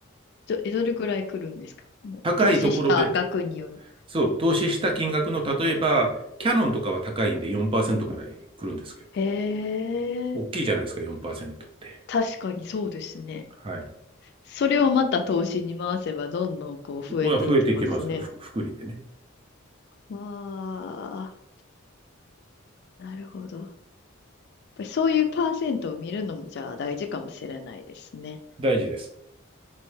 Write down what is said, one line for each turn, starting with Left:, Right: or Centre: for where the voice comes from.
Left: ど、え、どれぐらい来るんですかもう、
Right: 高いところで、
Left: 投資した額による。
Right: そう、投資した金額の、例えば、キャノンとかは高いんで4%ぐらい来るんですけど、
Left: へえ、
Right: 大きいじゃないですか、4%って。
Left: 確かにそうですね。
Right: はい。
Left: それをまた投資に回せば、どんどんこう増えていきますね。
Right: は増えていきます。ふ福利でね。
Left: わあ、なるほど。やっぱりそういうパーセントを見るのも、じゃあ大事かもしれないですね。
Right: 大事です。